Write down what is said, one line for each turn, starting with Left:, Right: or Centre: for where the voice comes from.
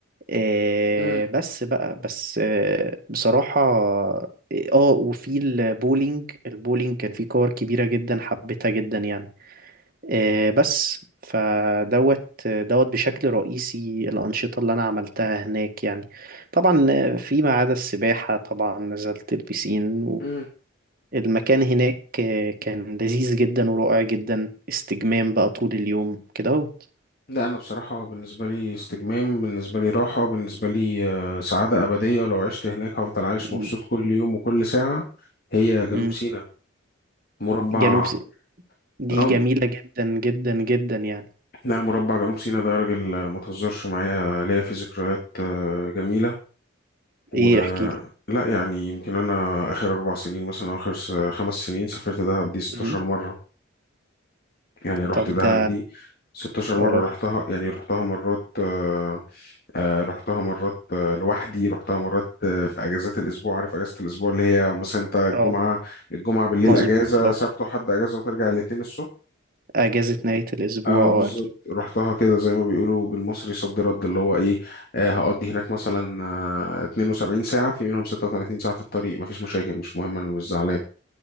Right: آه،
Left: امم
Right: بس بقى بس آه، بصراحة اه آه، وفي البولينج البولينج كان في كور كبيرة جدا حبيتها جدا يعني آه، بس فدوت دوت بشكل رئيسي الأنشطة اللي أنا عملتها هناك يعني طبعا آه، فيما عدا السباحة طبعا نزلت البسين
Left: امم
Right: والمكان هناك آه، كان لذيذ جدا ورائع جدا استجمام بقى طول اليوم كده اهوت
Left: لا انا بصراحة بالنسبة لي استجمام بالنسبة لي راحة بالنسبة لي آه، سعادة أبدية ولو عشت هناك هفضل عايش
Right: م-
Left: مبسوط كل يوم وكل ساعة هي جنوب
Right: م.
Left: سيناء مربع
Right: جنوب س- دي
Left: اه
Right: جميلة جدا جدا جدا يعني
Left: لا مربع جنوب سيناء ده يا راجل آه، ما تهزرش معايا ليا فيه ذكريات آه، جميلة و
Right: ايه احكي لي
Left: لا يعني يمكن أنا آخر أربع سنين مثلا أو آخر س- خمس سنين سافرت دهب دي 16
Right: م.
Left: مرة يعني رحت
Right: طب
Left: دهب
Right: ده
Left: دي 16 مرة
Right: اه
Left: رحتها يعني رحتها مرات آه، آه، رحتها مرات آه، لوحدي رحتها مرات آه، في اجازات الاسبوع عارف اجازه الاسبوع اللي هي مثلا انت الجمعه
Right: اه
Left: الجمعه بالليل
Right: مظبوط
Left: اجازه
Right: اه
Left: سبت وحد اجازه وترجع الاثنين الصبح
Right: أجازة نهاية الأسبوع
Left: اه
Right: اه
Left: بالظبط
Right: أكيد
Left: رحتها كده زي ما بيقولوا بالمصري صد رد اللي هو ايه آه هقضي هناك مثلا آه 72 ساعة في منهم 36 ساعة في الطريق مفيش مشاكل مش مهم انا مش زعلان